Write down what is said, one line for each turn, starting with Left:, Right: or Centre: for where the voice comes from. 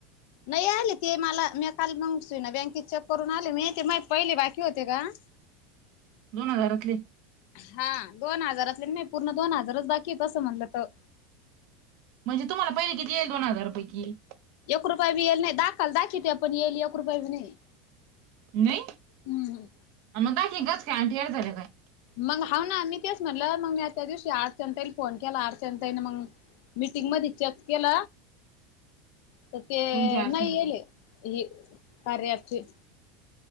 Left: नाही आले ते मला मी काल मग श <unintelligible> ना बँकेत चेक करून आले मी ते माये पहिले बाकी होते का. <inaudible>
Right: दोन हजारातले.
Left: हा दोन हजारातले नाही पूर्ण दोन हजारच बाकी आहे तसं म्हणलं त.
Right: म्हणजे तुम्हाला पहिले किती येल दोन हजार पैकी?
Left: एक रुपया बी येईल नाही दाखल- दाखिते पण येईल एक रुपय बी नाही.
Right: नही,
Left: हम्म
Right: मग दाक गच काय आंटी एरझाऱ्या काय <unintelligible>
Left: मग हाव ना, मी तेच म्हटलं मग मी त्या दिवशी आर्चनाताईला फोन केला आर्चनाताईन मग मीटिंगमध्ये चेक केल. तर ते
Right: कोणती अडचण
Left: नाही येले हि कार्या ॲपचे.